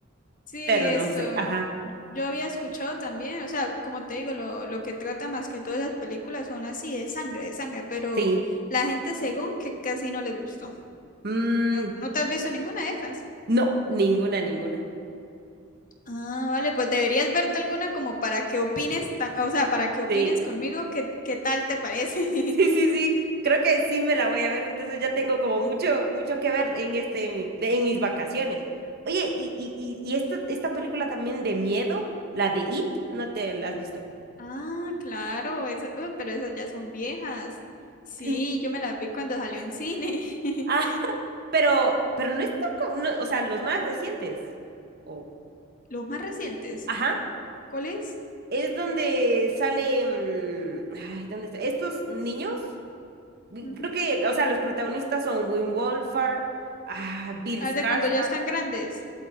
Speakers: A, on the left (about 40°); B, on the right (about 50°).
A: Sí,
B: pero
A: esto
B: no sé, ajá,
A: yo había escuchado también, o sea, como te digo, lo, lo que trata más que todas las películas son así, de sangre, de sangre, pero
B: sí.
A: la gente según que casi no le gustó.
B: Mm,
A: ¿No, no te has visto ninguna de esas?
B: no, ninguna, ninguna.
A: Ah, vale, pues deberías verte alguna como para que opines, ta- o sea, para que opines
B: Sí.
A: conmigo qué, qué tal te parece.
B: Sí,
A: <laughs>
B: sí, sí, creo que sí me la voy a ver, entonces ya tengo como mucho, mucho que ver en este, en, mi- de- en mis vacaciones. Oye, y, y, y, y esta, esta película también de miedo, la de It, ¿no te la has visto?
A: Ah, claro, esas, uy, pero esas ya son viejas. Sí,
B: N-
A: yo me las vi cuando salió en cine. <laughs>
B: Ah, pero, pero no es tan como- no, o sea, los más recientes. O,
A: Los más recientes,
B: ajá,
A: ¿cuál es?
B: es donde sale, mm, ay, ¿dónde está? Estos niños, mm,
A: Ujú.
B: creo que, o sea, los protagonistas son Wim Wolfhard, ah, Bill
A: Ah,
B: Skarsgård,
A: de cuando ya están grandes.